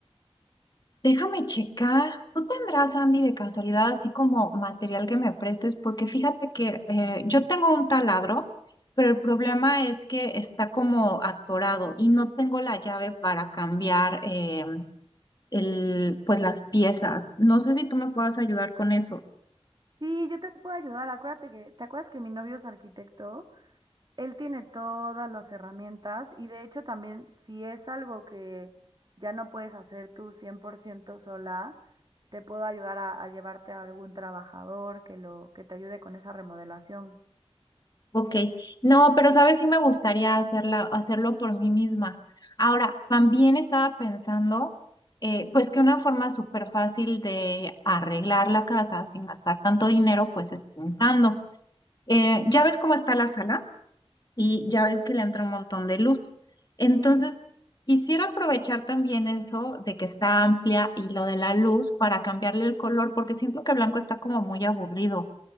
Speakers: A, on the left (about 40°); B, on the right (about 45°).
A: Déjame checar. ¿Tú tendrás, Andy, de casualidad, así como material que me prestes? Porque fíjate que eh, yo tengo un taladro, pero el problema es que está como atorado y no tengo la llave para cambiar eh, el, pues las piezas. No sé si tú me puedas ayudar con eso.
B: Sí, yo te puedo ayudar. Acuérdate que, ¿te acuerdas que mi novio es arquitecto? Él tiene todas las herramientas y de hecho también si es algo que ya no puedes hacer tú 100% sola, te puedo ayudar a, a llevarte a algún trabajador que lo que te ayude con esa remodelación.
A: Ok, no, pero sabes, sí me gustaría hacerla, hacerlo por mí misma. Ahora, también estaba pensando, eh, pues que una forma súper fácil de arreglar la casa sin gastar tanto dinero, pues es pintando. Eh, ya ves cómo está la sala y ya ves que le entra un montón de luz. Entonces,
B: Sí,
A: quisiera aprovechar también eso de que está amplia y lo de la luz para cambiarle el color, porque siento que blanco está como muy aburrido